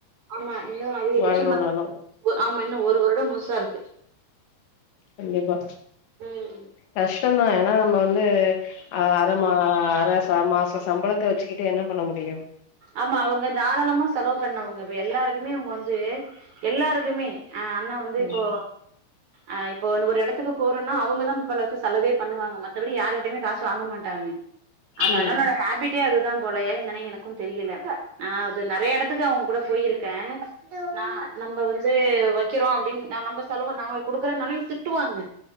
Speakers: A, on the right; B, on the left.
A: ஆமா இன்னும் அதிகபட்சம்
B: வரணும்னாலு
A: ஆமா ஒ இன்னும் ஒரு வருடம் முழுசா இருக்கு
B: கண்டிப்பா
A: ம்
B: கஷ்டந்தான் ஏனா நம்ம வந்து அ <unintelligible> மா அர சா மாசம் சம்பளத்த வச்சுக்கிட்டு என்ன பண்ண முடியும்
A: ஆமா அவுங்க தாராளமா செலவு பண்ணவுங்க இப்ப எல்லாருக்குமே அவுங்க வந்து எல்லாருக்குமே அ அண்ண வந்து
B: ம்
A: இப்போ அ இப்போ ஒரு இடத்துக்கு போறோனா அவுங்க தான் முக்கால்வாசி செலவே பண்ணுவாங்க மத்தபடி யாரு்கிட்டயுமே காசு வாங்க மாட்டாங்க அது
B: ம்
A: அண்ணனோட ஹேபிட்டே அதுதான் போலையே என்னனு என க்கு தெரியல நா அது நெறைய எடத்துக்கு அவுங்க கூட போயிருக்கேன் நா நம்ப வந்து வைக்குறோம் அப்டின் நம்ப செலவு நாங்க குடுக்குறனாலும் திட்டுவாங்க